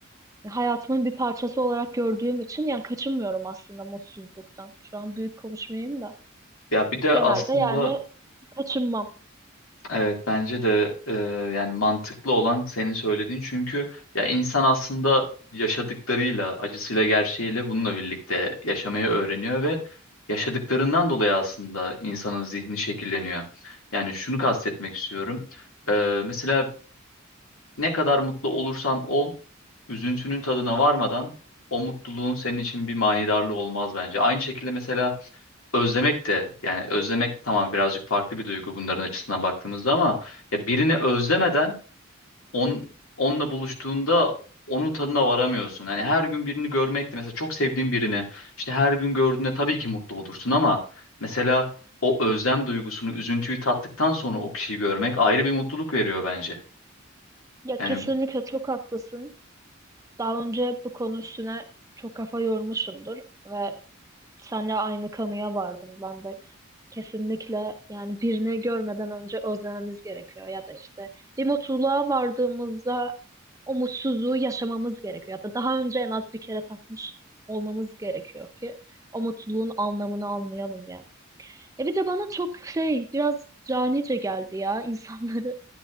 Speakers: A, on the right; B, on the left.
A: Hayatımın bir parçası olarak gördüğüm için yani kaçınmıyorum aslında mutsuzluktan. Şu an büyük konuşmayayım da.
B: Ya bir de
A: Genelde
B: aslında
A: yani kaçınmam.
B: Evet bence de e, yani mantıklı olan senin söylediğin çünkü ya insan aslında yaşadıklarıyla acısıyla gerçeğiyle bununla birlikte yaşamayı öğreniyor ve yaşadıklarından dolayı aslında insanın zihni şekilleniyor. Yani şunu kastetmek istiyorum. E, mesela ne kadar mutlu olursan ol üzüntünün tadına varmadan o mutluluğun senin için bir manidarlığı olmaz bence. Aynı şekilde mesela özlemek de yani özlemek tamam birazcık farklı bir duygu bunların açısından baktığımızda ama ya birini özlemeden on, onunla buluştuğunda onun tadına varamıyorsun. Hani her gün birini görmek de mesela çok sevdiğin birini işte her gün gördüğünde tabii ki mutlu olursun ama mesela o özlem duygusunu, üzüntüyü tattıktan sonra o kişiyi görmek ayrı bir mutluluk veriyor bence.
A: Ya
B: Yani
A: kesinlikle çok haklısın. Daha önce bu konu üstüne çok kafa yormuşumdur ve seninle aynı kanıya vardım ben de Kesinlikle yani birini görmeden önce özlememiz gerekiyor ya da işte bir mutluluğa vardığımızda o mutsuzluğu yaşamamız gerekiyor ya da daha önce en az bir kere tatmış olmamız gerekiyor ki o mutluluğun anlamını anlayalım yani. E bir de bana çok şey biraz canice geldi ya insanları